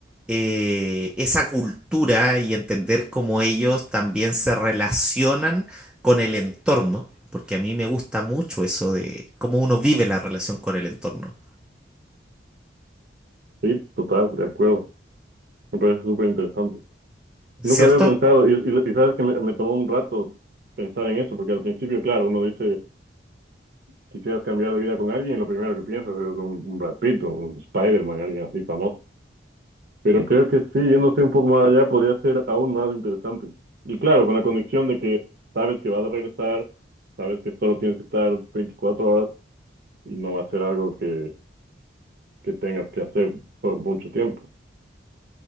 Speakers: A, in the centre; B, on the right (about 55°).
A: eh, esa cultura y entender cómo ellos también se relacionan con el entorno, porque a mí me gusta mucho eso de cómo uno vive la relación con el entorno,
B: Sí, total, de acuerdo. Me parece súper interesante. Nunca
A: ¿cierto?
B: había pensado, y, y- y sabes que me, me tomó un rato pensar en eso, porque al principio, claro, uno dice, quisieras cambiar de vida con alguien, y lo primero que piensas es un, un Brad Pitt, o un Spider-Man, alguien así famoso. Pero creo que sí, yéndose un poco más allá podría ser aún más interesante. Y claro, con la condición de que sabes que vas a regresar, sabes que solo tienes que estar 24 horas y no va a ser algo que, que tengas que hacer por mucho tiempo.